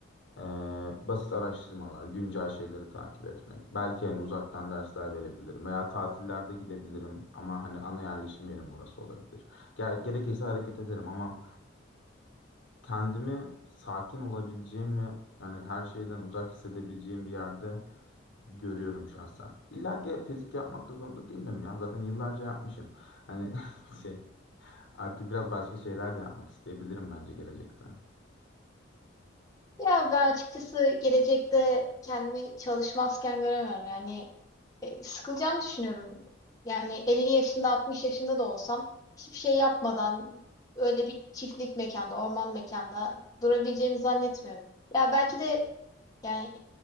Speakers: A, on the left; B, on the left.
A: e, basit araştırmalar, güncel şeyleri takip etmek. Belki hani uzaktan dersler verebilirim veya tatillerde gidebilirim ama hani ana yerleşim yerim orası olabilir. Ger- gerekirse hareket ederim ama kendimi sakin olabileceğim ve yani her şeyden uzak hissedebileceğim bir yerde görüyorum şahsen. İlla ki fizik yapmak da zorunda değilim ya. Zaten yıllarca yapmışım. Hani <laughs> şey artık biraz başka şeyler de yapmak isteyebilirim bence gelecekte.
B: Ya ben açıkçası gelecekte kendimi çalışmazken göremiyorum. Yani e, sıkılacağımı düşünüyorum. Yani elli yaşında 60 yaşında da olsam hiçbir şey yapmadan öyle bir çiftlik mekanda, orman mekanda durabileceğimi zannetmiyorum. Ya belki de Yani